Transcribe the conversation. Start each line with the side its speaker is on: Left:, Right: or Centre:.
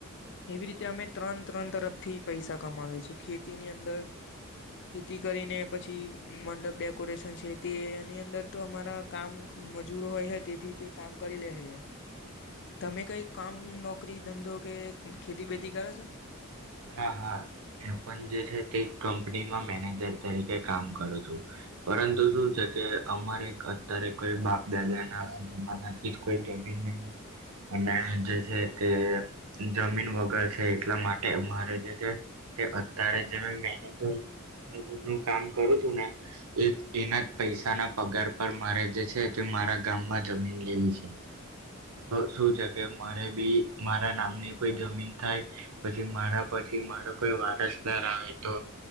Left: એવી રીતે અમે ત્રણ ત્રણ તરફથી પૈસા કમાવીએ છેએ. ખેતીની અંદર ખેતી કરીને, પછી મંડપ ડેકોરેશન છે તે એની અંદર તો અમારા કામ મજૂરો હોય છે, તેથી તે કામ કરી લે હે. તમે કઈ કામ, નોકરી, ધંધો કે ખેતી બેતી કરો છો
Right: હા, હા, એ પણ જે છે તે કંપનીમાં મેનેજર તરીકે કામ કરું છું, પરંતુ શું છે કે અમારે અત્યારે કોઈ બાપ દાદા ના જમાનાથી કોઈ જમીન નહીં અને જે છે તે જમીન વગર છે, એટલા માટે મારે જે છે તે અત્યારે જે મેનેજર મેનેજર નું કામ કરું છું ને, એ એના જ પૈસાના પગાર પર મારે જે છે તે મારા ગામમાં જમીન લેવી છે તો કે મારે બી મારા નામની કોઈ જમીન થાય, પછી મારા પછી મારો કોઈ વારસદાર આવે તો